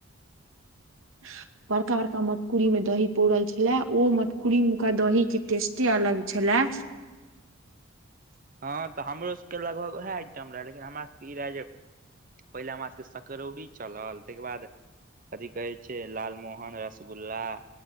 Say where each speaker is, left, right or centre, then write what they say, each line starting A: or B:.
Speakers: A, on the right (about 75°); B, on the right (about 40°).
A: <inaudible> बड़का बड़का मटकुरी मे दही पौरल छले ओ मटकुरी महक दही के टेस्टे अलग छले
B: हँ तऽ हमरो सबके लगभग वैह आइटम रहे लेकिन हमरा सबके ई रहे जे पहिले हमरा सभके सकरौरी चलल तै के बाद कथि कहै छै लालमोहन आ रसगुल्ला